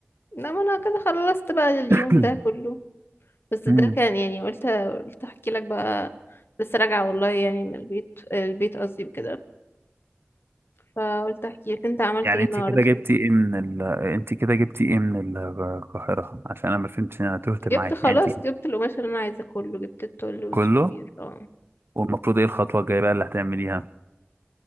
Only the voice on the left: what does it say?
لا ما انا كده خلصت بقى اليوم
ده كله بس
ده كان يعني قلت قلت احكي لك بقى لسه راجعة والله يعني من البيت البيت قصدي وكده فقلت احكي لك انت عملت
ايه
النهارده
جبت خلاص
جبت القماش اللي انا عايزاه كله جبت التول والجبير
اه